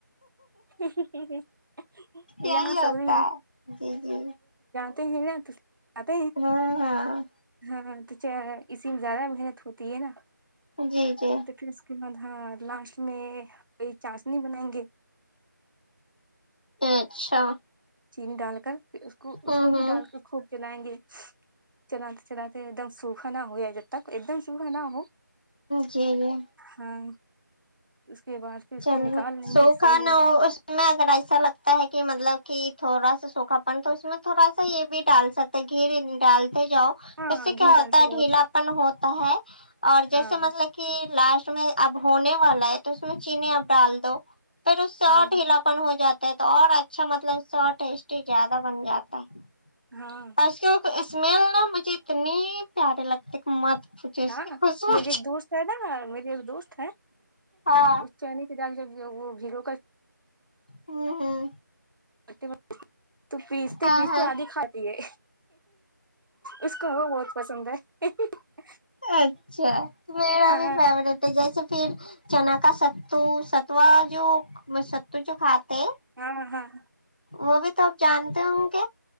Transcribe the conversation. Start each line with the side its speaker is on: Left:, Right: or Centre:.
Right: یہاں
Left: یہی
Right: سعودی
Left: ہوتا ہے جی جی
Right: <unintelligible> اب
Left: ہاں ہاں
Right: ہاں اسی میں زیادہ محنت ہوتی ہے نا
Left: جی جی
Right: تو پھر اس کے بعد ہاں لاسٹ اس میں کوئی چاسنی بنائیں گے
Left: اچھا
Right: چینی ڈال کر ھر اس کو اس
Left: ہوں
Right: کو بھی
Left: ہوں
Right: ڈال کے خوب جلائیں گے چلاتے چلاتے <unintelligible> سوکھا نہ ہویا جب تک ایک دم سوکھا نہ ہو
Left: جی جی
Right: ہاں اس کے بعد پھر اس
Left: چلو
Right: کو نکال لیں
Left: سوکھا
Right: گے سینی
Left: نا
Right: میں
Left: اس میں اگر ایسا لگتا ہے کہ مطلب کہ تھوڑا سا سوکھا پن تو اس میں تھوڑا سا یہ بھی ڈال سکتے گھی ڈال جاؤ
Right: ہاں
Left: اس سے
Right: گھی
Left: کیا
Right: ڈالتے
Left: ہوتا ہے
Right: جاؤ
Left: ڈھیلاپن ہوتا ہے <unintelligible> اور جیسے
Right: ہاں
Left: مطلب کہ لاسٹ میں اب ہونے والا ہے تو اس میں چینی اب ڈال دو پھر اس سے
Right: ہاں
Left: اور ڈھیلا پن ہو جاتا ہے تو اور اچھا مطلب اس سے اور ٹیسٹی زیادہ بن جاتا ہے
Right: ہاں
Left: اور اس کی اسمیل نا مجھے اتنی پیاری لگتی کہ مت پوچھو اس
Right: ہاں
Left: کی خوشبو
Right: میری ایک دوست ہے نا میری ایک دوست ہے
Left: ہاں
Right: اس چین کے جال جب وہ بھیڑو کا
Left: ہوں ہوں
Right: <unintelligible> تو پیستے
Left: ہاں
Right: پیستے
Left: ہاں
Right: آدھھی کھاتی ہے اس کو وہ بہت پسند ہے <inaudible>
Left: اچھا میرا
Right: ہاں
Left: بھی فیوریٹ ہے جیسے پھر چنا کا ستو ستوا جو ستو جو کھاتے
Right: ہاں ہاں
Left: وہ بھی تو آپ جانتے ہوں گے